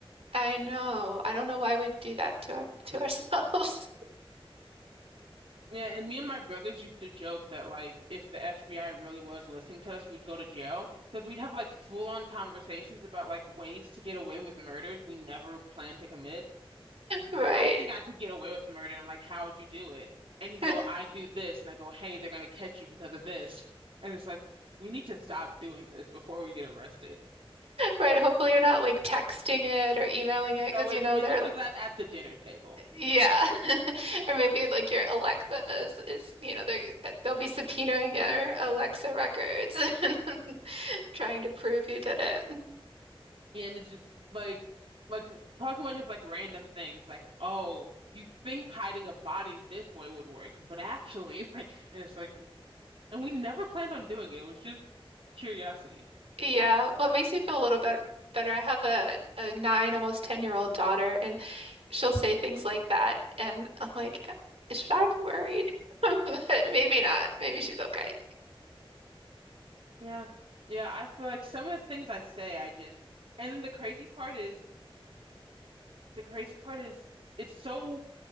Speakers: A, on the right; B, on the right.
A: I know. I don't know why we do that to our, to ourselves. <laughs>
B: Yeah, and me and my brothers used to joke that like if the FBI really was listening to us, we'd go to jail because we'd have like full on conversations about like ways to get away with murders we never planned to commit. And he's
A: Right.
B: like, I think I could get away with the murder. And I'm like, how would you do it? And he'd
A: <laughs>
B: go, I do this. And I go, hey, they're going to catch you because of this. And it's like, we need to stop doing this before we get arrested.
A: Right. Hopefully you're not like texting it or emailing it
B: No,
A: because
B: it
A: you know
B: we
A: they're
B: this was that at the dinner table.
A: yeah. <laughs> Or maybe like your Alexa is, is you know they they'll be subpoenaing your Alexa records <laughs> and trying to prove you did it.
B: yeah, And it's just like, like talking about just like random things, like, oh, you think hiding a body this way would work, but actually, <laughs> like, and it's like, and we never planned on doing it. It was just curiosity.
A: Yeah. Well, it makes me feel a little bit better. I have a a nine, almost 10 year old daughter and she'll say things like that and I'm like, should I be worried? <laughs> But maybe not. Maybe she's okay.
B: Yeah. Yeah. I feel like some of the things I say, I just, and then the crazy part is, the crazy part is it's so